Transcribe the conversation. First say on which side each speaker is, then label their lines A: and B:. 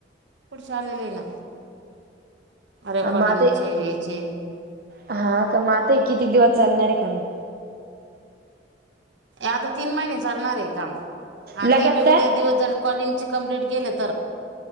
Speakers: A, on the right; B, on the right.
A: पुढचे आलेना रेकॉडींगचेचे,
B: मग आता हा, का माते आता किती दिवस चालणार आहे. कोण
A: आता तीन महिने चालणार आहे काम. आ
B: लगातार
A: ते बी उद्या दिवस जर कॉलिकचे कप्लीट केले तर,